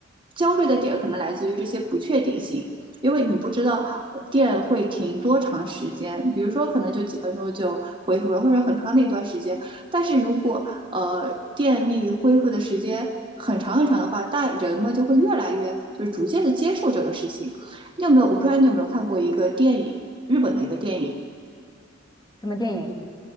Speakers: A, on the right; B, on the left.
A: 焦虑的点可能来自于这些不确定性。因为你不知道电会停多长时间，比如说可能就几分钟就恢复了，或者很长的一段时间。但是如果呃电力恢复的时间很长很长的话，大人们就会越来越就是逐渐的接受这个事情，你有没有？我不知道你有没有看过一个电影，日本的一个电影，
B: 什么电影？